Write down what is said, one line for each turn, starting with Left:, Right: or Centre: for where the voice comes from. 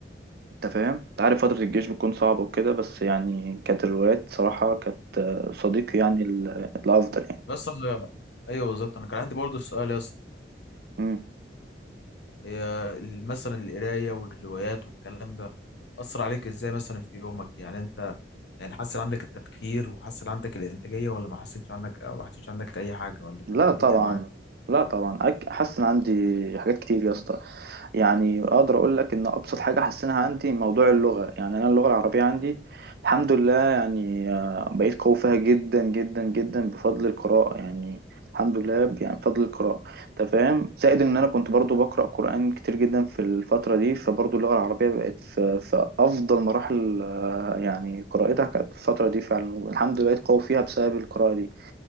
Right: انت فاهم انت عارف فترة الجيش بتكون صعبة وكده بس يعني كانت الروايات صراحة كانت آه، صديقي يعني ال- الأفضل يعني
Left: بس انا ايوه بالظبط انا كان عندي برضه سؤال يا اسطى
Right: مم.
Left: هي ال- مثلا القرايه والروايات والكلام ده اثر عليك ازاي مثلا في يومك يعني انت يعني حسن عندك التفكير وحسن عندك الانتاجيه ولا ما حسيتش عندك أو ما حسيتش عندك اي حاجه ولا كانت
Right: لا
Left: إيه الدنيا
Right: طبعا
Left: معاك
Right: لا طبعا أك- حاسس إن عندي حاجات كتير يا اسطى يعني اقدر اقول لك ان ابسط حاجه حسنها عندي موضوع اللغه يعني انا اللغه العربيه عندي الحمد لله يعني آه، بقيت قوي فيها جدا جدا جدا بفضل القراءه يعني الحمد لله ب- يعني بفضل القراءه انت فاهم زائد ان انا كنت برضو بقرا قران كتير جدا في الفتره دي فبرضو اللغه العربيه بقت في, في افضل مراحل آه، يعني قراءتها كانت في الفتره دي فعلا الحمد لله بقيت قوي فيها بسبب القراءه دي